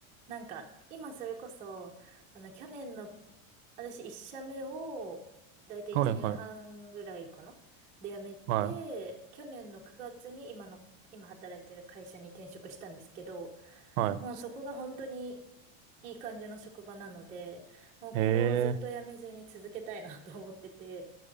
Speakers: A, on the right; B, on the right.
A: なんか、今それこそ、あの、去年の、私一社目を、だいたい1年半ぐらいかなで辞めて、
B: いはい、はい、
A: 去年の9月に今の、今働いてる会社に転職したんですけど、
B: はい。
A: もうそこが本当にいい感じの職場なので、もうここをずっとやめずに続けたいなと思ってて。
B: へえ、